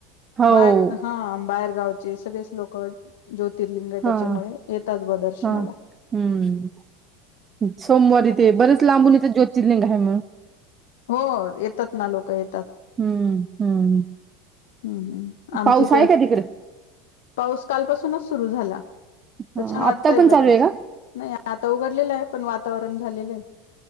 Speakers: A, on the right; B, on the left.
A: हो.
B: बाहेर हा बाहेरगावचे सगळेच लोक ज्योतिर्लिंग आहे
A: हां,
B: त्याच्यामुळे येतच ब दर्शनाला
A: हां. हम्म सोमवारी इ ते बरेच लांबून इथं ज्योतिर्लिंग आहे म्हणून
B: हो येतात ना लोक येत
A: हम्म हम्म
B: हम्म हम् आमची
A: पाऊस आहे
B: ते
A: का तिकडे?
B: पाऊस काल पासूनच सुरु झाला
A: हां,
B: तर छान वाटतय
A: आत्ता पण
B: जराज
A: चालू आहे का?
B: नाही आता उघडले पण वातावरण झालं